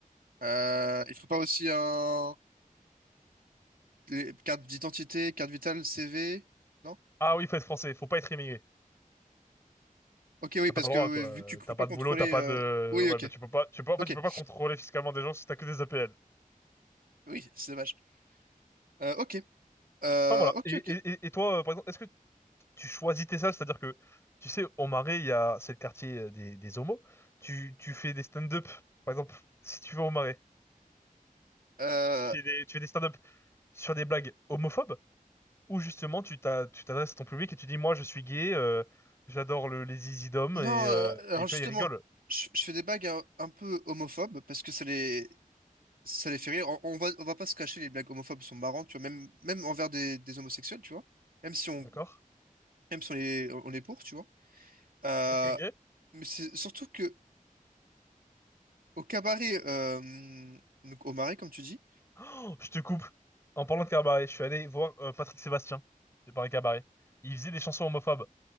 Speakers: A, on the right; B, on the left.
A: Euh, il faut pas aussi un... les cartes d'identité, carte vitale, CV, non?
B: Ah oui, faut être français. Faut pas être immigré.
A: Ok, oui,
B: Enfin,
A: parce
B: t'as pas le
A: que
B: droit,
A: oui,
B: quoi. Euh,
A: vu que tu peux
B: T'as
A: pas
B: pas
A: contrôler...
B: de boulot, t'as pas
A: euh,
B: de,
A: Oui,
B: ouais,
A: ok,
B: bah, tu peux pas, tu peux, en
A: ok.
B: fait, tu peux pas contrôler fiscalement des gens si t'as que des APL.
A: Oui, c'est dommage. Euh, ok, euh,
B: Enfin, voilà.
A: ok,
B: Et,
A: ok.
B: et, et- et toi, euh, par exemple, est-ce que tu choisis tes salles? C'est-à-dire que, tu sais, au Marais, il y a, c'est le quartier euh, des, des homos. Tu, tu fais des stand-up. Par exemple, si tu vas au Marais,
A: Euh,
B: tu fais des, tu fais des stand-up sur des blagues homophobes. où justement tu t'as- tu t'adresses à ton public et tu dis, moi je suis gay, euh, j'adore le- les easy dom
A: non,
B: et, euh,
A: euh, alors
B: et tu
A: justement,
B: vois, ils rigolent.
A: je, je fais des blagues un, un peu homophobes parce que ça les, ça les fait rire. On, on va, on va pas se cacher, les blagues homophobes sont marrantes, tu vois, même, même envers des, des homosexuels, tu vois. Même si on,
B: D'accord?
A: même si on est, on est pour, tu vois. Euh,
B: Ok. ok.
A: mais c'est surtout que au cabaret, euh, donc au marais, comme tu dis,
B: Oh, je te coupe. En parlant de cabaret, je suis allé voir euh, Patrick Sébastien. C'est par un cabaret. Il faisait des chansons homophobes.